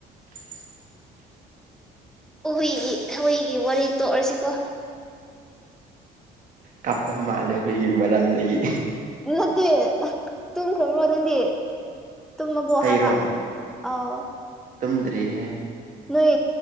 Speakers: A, on the right (about 50°); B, in the centre.
A: <inaudible>
B: ꯍꯨꯏꯒꯤ ꯍꯨꯏꯒꯤ ꯋꯥꯔꯤ ꯇꯣꯛꯑꯁꯤꯀꯣ
A: ꯀꯥꯞꯄ ꯃꯥꯜꯂꯦ ꯍꯨꯏꯒꯤ ꯃꯔꯝꯗꯒꯤ
B: ꯅꯠꯇꯦ ꯇꯨꯝꯈ꯭ꯔꯕ꯭ꯔꯣ ꯅꯪꯗꯤ ꯇꯨꯝꯃꯕꯣ
A: ꯑꯩꯔꯣ
B: ꯍꯥꯏꯕ ꯑꯥꯎ
A: ꯇꯨꯝꯗ꯭ꯔꯤꯍꯦ
B: ꯅꯣꯏ